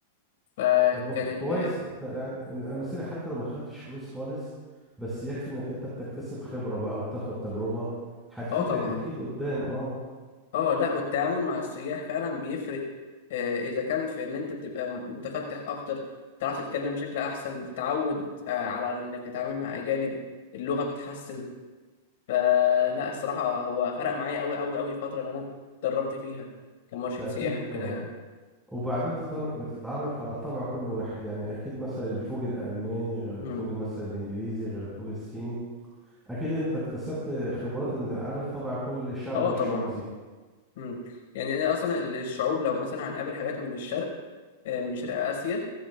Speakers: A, on the left (about 70°); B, in the centre.
A: فكان
B: طب وك- كويس
A: ال
B: ت- يعني مثالي حتى لو ما خدتش فلوس خالص بس يكفي انك انت بتكتسب خبرة بقى وبتاخد تجربة هتفيدك
A: اه طبعا
B: اكيد قدام اه
A: اه لا والتعامل مع السياح فعلا بيفرق آه، اذا كان في ان انت بتبقى متفتح اكتر بتعرف تتكلم بشكل احسن بتتعود آه، على انك تتعامل مع اجانب اللغه بتتحسن فلا الصراحة هو فرق معايا أوي أوي أوي الفترة اللي أنا اتدربت فيها كمرشد
B: ده
A: سياحي
B: اكيد
A: وكده
B: طبعا
A: يعني
B: وبعدين بتتر- بتتعرف على طبع كل واحد يعني اكيد مثلا الفوج الالماني غير الفوج
A: مم.
B: مثلا الانجليزي غير الفوج الصيني اكيد انت اكتسبت خبرات ان عارف طبع كل شعب
A: اه
B: من الشعوب
A: طبعا
B: دي
A: مم. يعني أنا أصلا ال- الشعوب لو مثلا هنقابل حاجات من الشرق آه، من شرق آسيا